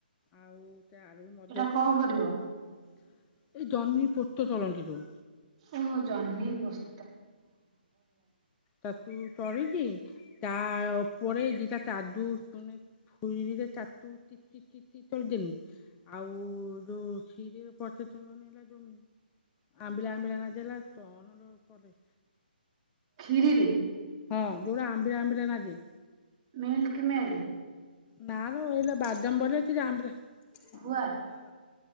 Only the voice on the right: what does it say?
ଏଇଟା କଣ
କରିବ?
ଓହୋଃ! ଜହ୍ନି ପୋସ୍
କ୍ଷୀରିରେ?
ମିଲକ ମେଡ୍?
ଖୁଆ